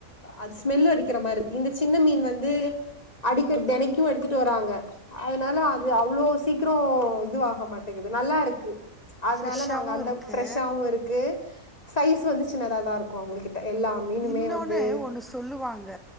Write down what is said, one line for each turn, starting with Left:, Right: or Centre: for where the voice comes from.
Left: அ ஸ்மெல்ல அடிக்கிற மாரி இருக்கு இந்த சின்ன மீன் வந்து அடிக்க தெனைக்கு எடுத்துட்டு வராங்க அதனால அது அவ்ளோ க்ரோ இதுவாக மாட்டேங்குது நல்லா இருக்கு அதனால
Centre: ஃப்ரெஷ்ஷாவு
Left: நாங்க அந்த
Centre: இருக்கு
Left: ஃப்ரெஷஷாவு இருக்கு சைஸ் வந்து சின்னதாதா இருக்கும் அவங்ககிட்ட எல்லா மீனுமே
Centre: இன்னொன்னு
Left: வந்து
Centre: ஒன்னு சொல்லுவாங்க